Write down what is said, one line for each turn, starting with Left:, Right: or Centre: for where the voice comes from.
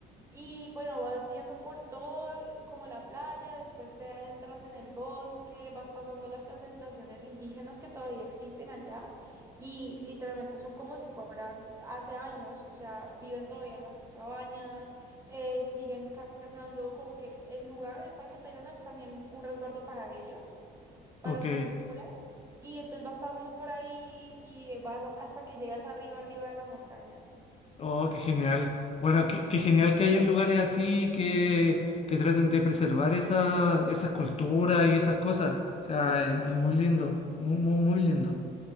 Right: Y bueno, vas yendo por todo, eh, como la playa, después te adentras en el bosque, vas pasando las asentaciones indígenas que todavía existen allá y literalmente son como si fueran hace años, o sea, viven todavía en las cabañas, eh, siguen ca- cazando, como que el lugar, el Parque Tayrona es también un resguardo para ellos, para
Left: ok.
Right: su cultura, y entonces vas pasando por ahí y vas hasta que llegas arriba, arriba de la montaña.
Left: Oh, qué genial. Bueno, qué, qué genial que haya lugares así que, que traten de preservar esa, esas culturas y esas cosas. O sea, es, es
Right: Mm,
Left: muy lindo, muy, muy, muy lindo.